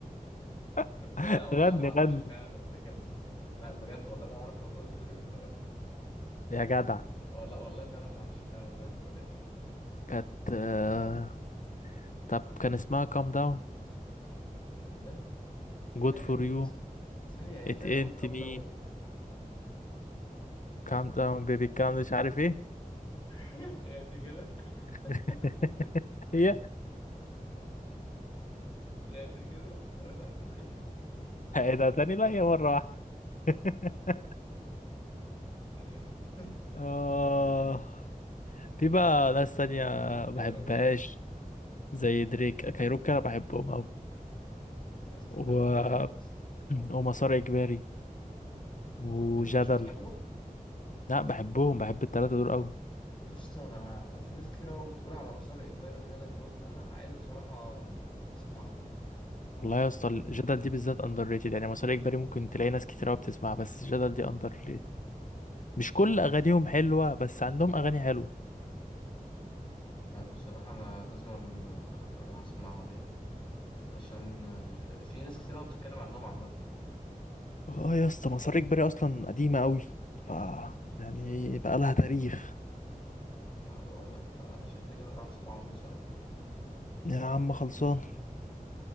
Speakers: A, on the left (about 35°); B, on the left (about 60°).
A: <laughs>
B: <laughs>
A: لا لا والله
B: غني
A: ما اعرفش
B: غني
A: فعلا الاغنية كانت بتقول ايه لا بجد والله لو اعرف الاغنية بتقول ايه كنت اقول
B: يا جدع
A: والله والله فعلا ما اعرفش فعلا الاغنيه بتقول ايه
B: كانت آه، طب كان اسمها كام داون
A: ايه ده
B: جود
A: تقريبا
B: فور
A: إيه
B: يو
A: اسمه ثانيه هي
B: ات
A: تقريبا
B: انت
A: كام
B: مي
A: داون دي
B: كام داون بيبي كام مش عارف ايه
A: <laughs> غادي كده
B: <laughs>
A: <laughs>
B: هي
A: غادي كده اقولها كده
B: ايه ده تاني لا هي مرة واحدة <laughs>
A: <laughs>
B: آه في بقى ناس تانية بحبهاش
A: كايروكي
B: زي دريك كايروكا أنا بحبهم أوي
A: يا اسطى
B: و...
A: كايروكي رايق يا اسطى
B: <clears throat> ومسار إجباري وجدل
A: أنت مش بتحبه
B: لا بحبهم بحب التلاتة دول أوي
A: يا اسطى انا في ناس كتير قوي بتقول على مسار اجباري وجدل دول انا عايز بصراحه اسمعه
B: والله يا اسطى الجدل دي بالذات اندر ريتد يعني مسار اجباري ممكن تلاقي ناس كتير قوي بتسمعها بس الجدل دي اندر ريتد مش كل
A: لأن
B: اغانيهم حلوه بس عندهم اغاني حلوه
A: لا بصراحة أنا لازم أن- أروح أسمعهم يعني علشان في في ناس كتير أوي بتتكلم عنهم عامة
B: اه يا اسطى مسار اجباري اصلا قديمه قوي ف يعني بقى لها تاريخ
A: ما بقول لك فشكل كده راح أسمعهم بصراحة
B: يا عم خلصان